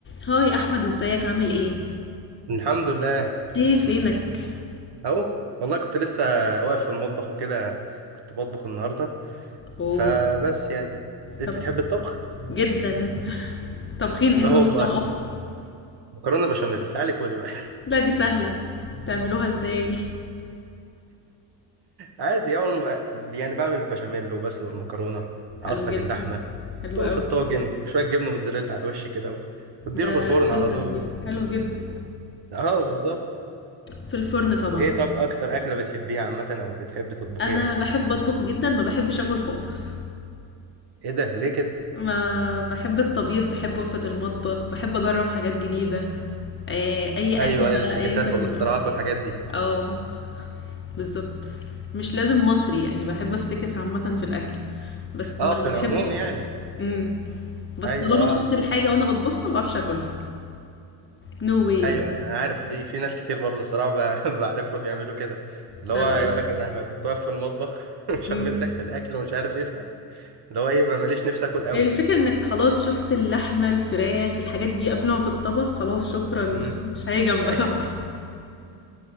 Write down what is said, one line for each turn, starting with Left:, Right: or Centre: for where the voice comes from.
Left: هاي احمد ازيك عامل ايه
Right: الحمد لله
Left: ايه فينك
Right: اهو والله كنت لسه واقف في المطبخ وكده كنت بطبخ النهارده
Left: اوه
Right: فبس يعني انت
Left: طب
Right: بتحب الطبخ
Left: جدا <laughs> طبخين ايه
Right: لا
Left: النهارده
Right: والله
Left: بقى
Right: مكرونه بشاميل تعالي كولي بقى <laughs>
Left: لا دي سهله تعملوها ازاي
Right: عادي اول ما يعني بعمل البشاميل وبسلق المكرونه
Left: <laughs> حلو
Right: اعصج
Left: جدا
Right: اللحمه
Left: حلو
Right: توم
Left: قوي
Right: في الطاجن شويه جبنه موتزاريلا على الوش كده و- واديله
Left: ده
Right: في الفرن
Left: خبره
Right: على طول
Left: كبيره حلو جدا
Right: اه بالظبط
Left: في الفرن طبعا
Right: ايه طب اكتر اكله بتحبيها عامه او بتحبي تطبخيها
Left: انا بحب اطبخ جدا ما بحبش اكل خالص
Right: ايه ده ليه كده
Left: ما بحب الطبيخ بحب وقفه المطبخ بحب اجرب حاجات جديده آه، اي اكل
Right: ايوه
Left: بقى
Right: الافتكاسات
Left: ايا كان
Right: والاختراعات
Left: نوعه.
Right: والحاجات دي
Left: اه بالضبط. مش لازم مصري، يعني باحب أفتكس عامةً في الأكل، بس ما
Right: اه في العموم
Left: باحبش آكل.
Right: يعني
Left: إمم. بس
Right: ايوه
Left: طالما شُفت
Right: آه.
Left: الحاجة وأنا باطبخها ما باعرفش آكلها no way
Right: ايوه
Left: بقى.
Right: يعني انا عارف في في ناس كتير برضه الصراحه ب- <laughs> بعرفها بيعملوا كده اللي
Left: بابقى
Right: هو يقول لك انا كنت واقف في المطبخ <laughs> شميت
Left: إمم.
Right: ريحه الاكل ومش عارف ايه ف اللي هو ايه ما ماليش نفسي اكل قوي
Left: الفكرة إنّك خلاص شُفت اللحمة، الفراخ، الحاجات دي قبل ما تتطبخ خلاص شكرًا،
Right: امم
Left: <laughs> مش هاجي جنبها
Right: أيوة.
Left: بقى.